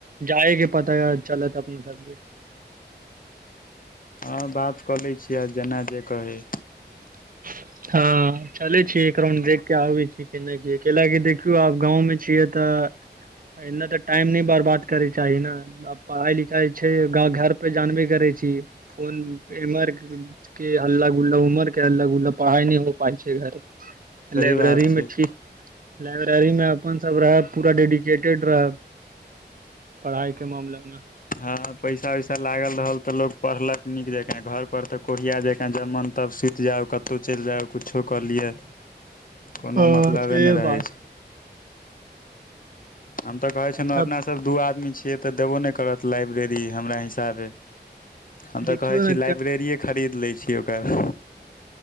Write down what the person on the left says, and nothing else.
हँ बात कऽ लै छियै आ जेना जे कहै
सही
बात
छै
ह पैसा वैसा लागल रहल त लोग पढ़लक नीक जक घर पर ते कोरिया जका जब मन तब सुत ज जाउ कतहु चलि जाउ किछो कलियै कोनो
मतलबे
नै रहै
छै हम तऽ कहै छलहुँ
अपनासभ दू आदमी छियै तऽ देबो नै करत लाइब्रेरी हमरा हिसाबे हम
तऽ कहै
छी लाइब्रेरिए खरीद लै छी ओकर